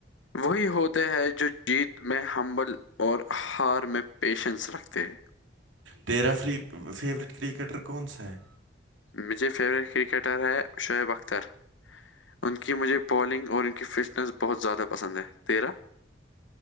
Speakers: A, on the left; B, on the right.
A: وہی ہوتے ہے جو جیت میں حنبل اور ہار میں پیشنس رکھتے ہیں
B: تیرا فیوریٹ کرکٹر کون سا ہے
A: مجھے فیوریٹ کرکٹر ہے شعیب اختر ان کی مجھے بالنگ اور ان کی فٹنس بہت زیادہ پسند ہے تیرہ